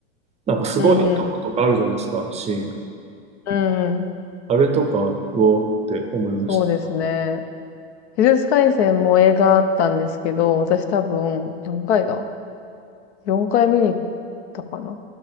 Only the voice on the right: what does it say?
なんか、すごいとことかあるじゃないですか、
シーン。
あれとか、うおーって思いました。